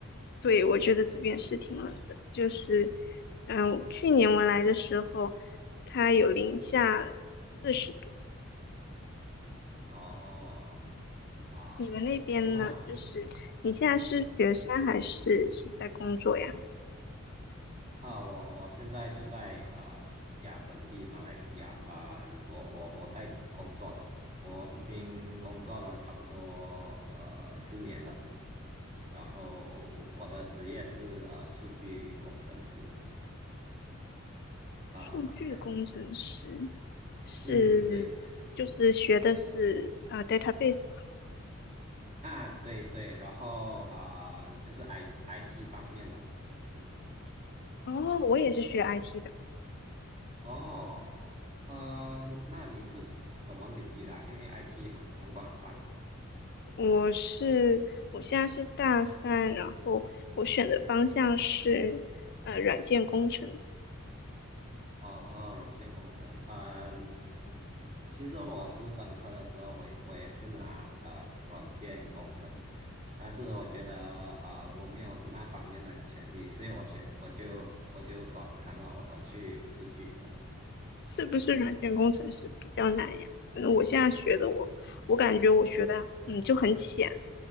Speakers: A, on the left; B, on the right.
A: 对，我觉得这边是挺冷的，就是嗯、去年我来的时候，它有零下四十度。
B: 哦哇。
A: 你们那边呢？
B: 那
A: 就是你现在是学生还是是在工作呀？
B: 啊，我我现在就在啊呀本地马来西亚啊，我我我在工作了，我已经工作了差不多呃四年了，然后我的职业是呃数据工程师啊，
A: 数据工程师
B: 然
A: 是就是学的是啊、
B: 嗯对对
A: 呃 database 嘛。
B: 啊对对，然后啊就是 I IT 方面的，嗯
A: 哦，我也是学 IT 的，
B: 哦呃那你是什么领域的啊因为 IT 很很广泛
A: 我是我现在是大三，然后我选的方向是呃软件工程，
B: 哦，软件工程，嗯，其实我读本科的时候，我也我也是拿呃软件工程，但是我觉得呃我没有那方面的潜力，所以我选我就我就转行了，我转去数据了。
A: 是不是软件工程师比较难呀？
B: 嗯
A: 反正我现在学的我我感觉我学的嗯就很浅，